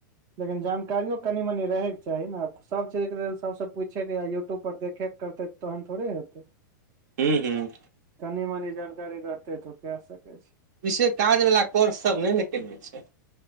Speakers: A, on the right (about 35°); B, on the right (about 60°).
A: लेकिन जानकारियो कनि मनि रहैके चाही ने सब चीज के लेल सबसँ पूछैके या यूट्यूब पर देखे करतै तहन थोड़े हेतै
B: हुँ हुँ
A: कनि मनी जानकारी रहतै त ओ कैय सकै छै
B: से काज वला कोर्ससभ नहि ने केयने छै